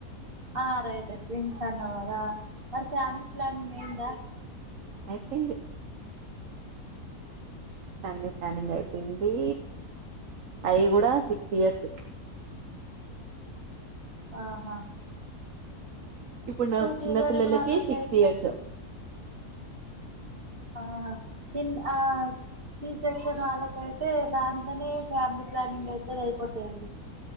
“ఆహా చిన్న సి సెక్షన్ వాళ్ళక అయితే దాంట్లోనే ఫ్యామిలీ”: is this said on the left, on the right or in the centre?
Right